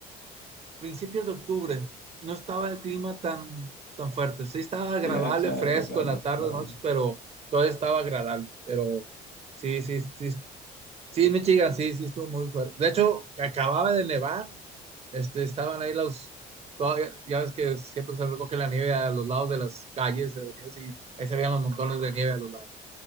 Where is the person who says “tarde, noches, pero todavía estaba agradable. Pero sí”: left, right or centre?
Right